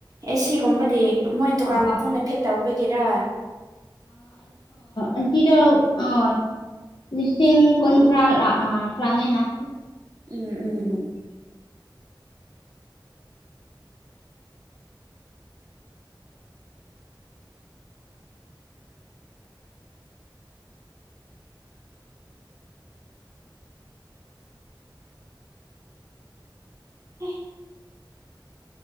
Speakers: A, on the right; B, on the left.
A: ꯑꯦ ꯁꯤꯒꯨꯝꯕꯗꯤ ꯃꯣꯏ ꯗꯨꯀꯥꯟ
B: ꯑꯥ
A: ꯃꯄꯨꯅ ꯐꯤꯠ ꯇꯧꯕꯒꯤꯔꯥ
B: ꯑꯟꯇꯤꯗꯣ <unintelligible> ꯂꯤꯁꯤꯡ ꯀꯨꯟꯊ꯭ꯔꯥ ꯂꯥꯛ ꯑ ꯂꯥꯡꯉꯦ ꯍꯥꯏ
A: ꯎꯝ ꯎꯝ ꯎꯝ ꯍ <unintelligible>